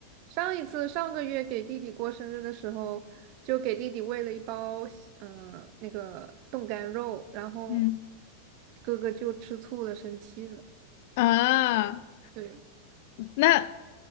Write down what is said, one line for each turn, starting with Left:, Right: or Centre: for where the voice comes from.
Right: 上一次上个月给弟弟过生日的时候，就给弟弟喂了一包嗯、呃那个冻干肉，然后
Left: <laughs> 嗯
Right: 哥哥就吃醋了，生气了。
Left: 啊，
Right: 对。
Left: 那